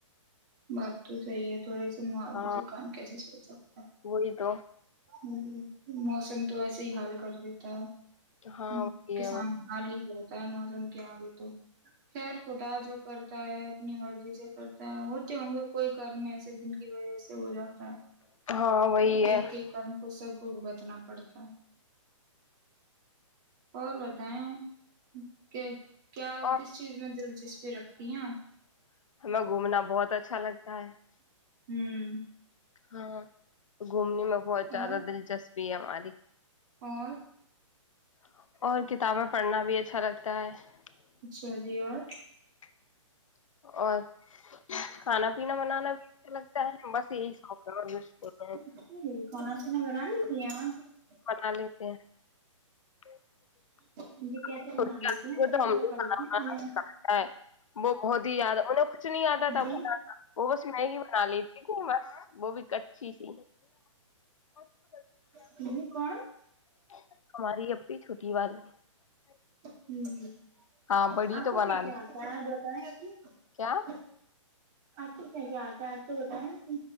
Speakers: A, on the right; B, on the left.
A: <inaudible>
B: ہاں
A: <unintelligible>
B: وہی تو
A: <unintelligible> <unintelligible>
B: ہاں وہی ہے
A: <unintelligible> <unintelligible> <unintelligible>
B: <inaudible>
A: ہے ایک ایک کرم <unintelligible> <unintelligible> <unintelligible>
B: اور <unintelligible> <unintelligible>
A: <inaudible>
B: <unintelligible> <unintelligible>
A: اور
B: <unintelligible>
A: <unintelligible>
B: <unintelligible>
A: اچھا جی اور
B: <unintelligible> <unintelligible>
A: <unintelligible> <inaudible>
B: <unintelligible>
A: <inaudible>
B: <unintelligible>
A: لیتی ہیں کیسے پکا لیتی ہیں کھانے میں
B: <unintelligible>
A: جی
B: <unintelligible> <unintelligible>
A: <unintelligible>
B: <unintelligible>
A: <inaudible>
B: ہاں بڑی تو بنا لی
A: <unintelligible>
B: کیا
A: <unintelligible>